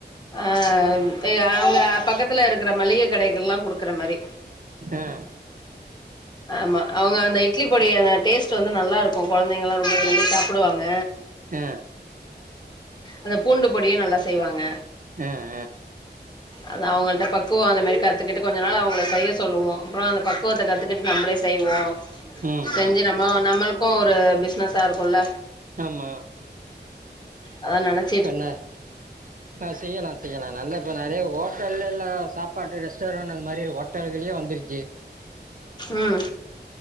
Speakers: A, on the left; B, on the right.
A: ஆ எ அவங்க பக்கத் துல இருக்ற மளிகை கடைகுல்லா குடுக்குற மாரி
B: ஆ
A: ஆமா அவ்ங்க அந்த இட்லி பொடி அந்த டேஸ் டு வந்து நல்லாருக்கு கொழந்தைங்கல்லா ரொம்ப விரும்பி சாப்புடுவாங்க
B: அ
A: அந்த பூண்டு பொடியு நல்லா செய்வாங்க
B: அ
A: அது அவுங்கள்ட்ட பக்குவ அந்த மேரி கத்துக்கிட்டு கொஞ்ச நாள் அவுங்கள செய்ய சொல்லுவோ அப்ற அந்த பக்குவத்த கத்துக்கிட் நம்ளே செய்வோ
B: ம்
A: செஞ்சு
B: ம்
A: நம்ப நம்பளுக்கு ஒரு பிஸ்னஸா இருக்குல்ல
B: ஆமா
A: அத நெனச்
B: இப்பென்ன ஆ செய்யலா செய்யலா நல்ல இப்ப நெறைய ஒட்டல்லல்ல சாப்பாட்டு ரெஸ்டாரண்ட் அந்த மாரி ஒட்டல்கல்யே வந்துருச்சு
A: ம்